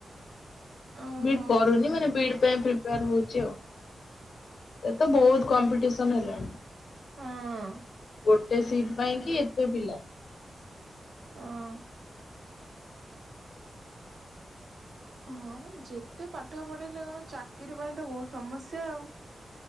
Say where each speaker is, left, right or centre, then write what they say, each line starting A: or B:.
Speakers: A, on the right; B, on the left.
A: ଓହୋ
B: ବି ଡି କରୁନି ମାନେ ବି ଡି ପାଇଁ ପ୍ରିପେୟାର ହଉଛି ଆଉ ଏ ତ ବହୁତ
A: ଓହୋ
B: କମ୍ପିଟେସ ସନ୍ ହେଲାଣି
A: ହଁ।
B: ଗୋଟେ ସିଟ୍ ପାଇଁ କି ଏତେ ପିଲା।
A: ହଁ। ହଁ ଯେତେ ପାଠ ପଢ଼େଇଲେ କଣ ଚାକିରି ପାଇଁ ତ ବହୁତ ସମସ୍ୟା ଆଉ।